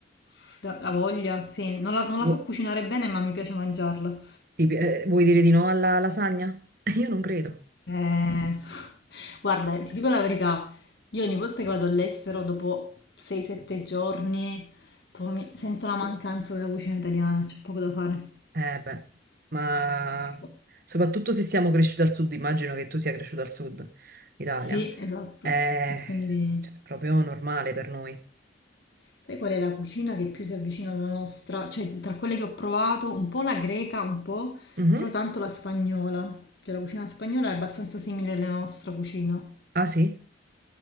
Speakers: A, on the left; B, on the right.
A: Uff, Da, la voglia, sì, non la, non
B: Vu-
A: la so cucinare bene, ma mi piace mangiarla.
B: ti pi- eh, vuoi dire di no alla lasagna? <laughs> Io non credo.
A: Eh, <laughs> guarda, ti dico la verità, io ogni volta che vado all'estero, dopo 6-7 giorni, poi mi- sento la mancanza della cucina italiana, c'è poco da fare.
B: Eh beh, ma
A: Per cui-
B: soprattutto se siamo cresciuti al sud, immagino che tu sia cresciuto al sud Italia,
A: Sì, esatto.
B: è
A: E quindi,
B: cioè, proprio normale per noi.
A: sai qual è la cucina che più si avvicina alla nostra? Cioè, tra quelle che ho provato, un po' la greca, un po',
B: Mhm.
A: però tanto la spagnola. Cioè, la cucina spagnola è abbastanza simile alla nostra cucina.
B: Ah sì?